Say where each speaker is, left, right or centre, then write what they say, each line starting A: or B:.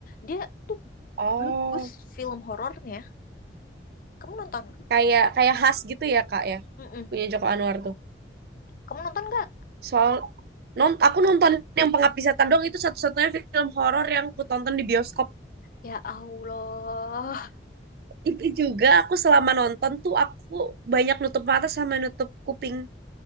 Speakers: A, on the left; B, on the right.
A: Dia tuh
B: Oh,
A: bagus film horornya. Kamu nonton?
B: Kayak kayak khas gitu ya, Kak ya.
A: Mm-mm.
B: Punya Joko Anwar tuh.
A: Kamu nonton nggak?
B: Soal non aku nonton yang Pengabdi Setan doang itu satu-satunya film horor yang aku tonton di bioskop.
A: Ya Allah,
B: Itu juga aku selama nonton tuh aku banyak nutup mata sama nutup kuping.